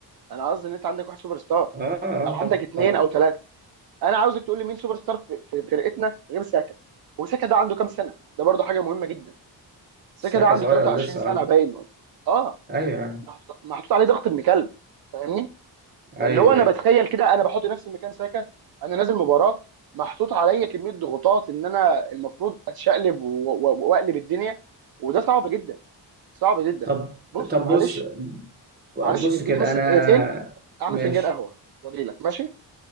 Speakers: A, on the right; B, on the right.
A: انا قصدي ان انت عندك واحد سوبر ستار
B: اه اه
A: او عندك
B: طبعا
A: اثنين
B: طبعا
A: او ثلاثه انا عاوزك تقول لي مين سوبر ستار في في فرقتنا غير ساكا وساكا ده عنده كام سنه ده برضه حاجه مهمه جدا بس
B: الساكة
A: كده عنده
B: صغير
A: 23
B: لسه
A: سنه
B: اه
A: باين ولا- اه
B: ايوه آه.
A: محطوط محطوط عليه ضغط ابن كلب فاهمني
B: ايوه
A: فاللي هو انا
B: ايوه
A: بتخيل كده انا بحط نفسي مكان ساكا انا نازل مباراه محطوط عليا كميه ضغوطات ان انا المفروض اتشقلب و- و- واقلب الدنيا وده صعب جدا صعب جدا
B: طب
A: بص
B: طب
A: معلش
B: بص بص
A: معلش اديني
B: كده
A: بس
B: انا
A: دقيقتين اعمل
B: ماشي
A: فنجان قهوه واجي لك ماشي